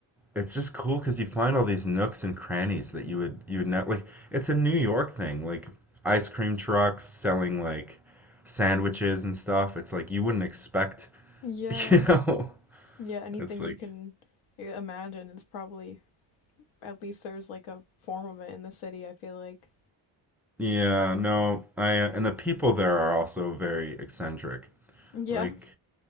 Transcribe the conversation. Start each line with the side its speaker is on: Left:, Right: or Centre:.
Centre: it's just cool because you find all these nooks and crannies that you would you would not like. It's a New York thing, like ice cream trucks selling like sandwiches and stuff. It's like you wouldn't expect,
Left: Yeah.
Centre: <laughs> you know.
Left: Yeah, anything
Centre: It's like
Left: you can i- imagine is probably at least there's like a form of it in the city, I feel like.
Centre: yeah, no, I and the people there are also very eccentric.
Left: Yeah.
Centre: Like